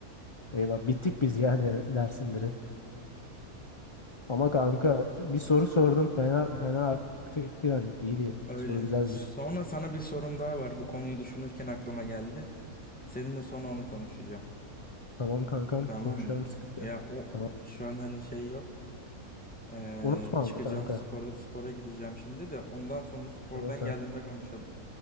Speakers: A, on the left; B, in the centre.
A: Eyvah bittik biz ya der- dersin direkt. Ama kanka bir soru sordum fena fena aktı gitti yani. İyiydi.
B: Öyle.
A: Soru güzeldi.
B: Sonra sana bir sorum daha var. Bu konuyu düşünürken aklıma geldi. Seninle sonra onu konuşacağım.
A: Tamam kankam
B: Tamam
A: konuşalım
B: mı?
A: sıkıntı
B: Ya
A: yok.
B: o
A: Tamam.
B: şu an hani şey yok. Ee,
A: Unutma
B: çıkacağım
A: ama kanka.
B: spora spora gideceğim şimdi de ondan sonra spordan
A: Tamam tamam.
B: geldiğimde konuşalım.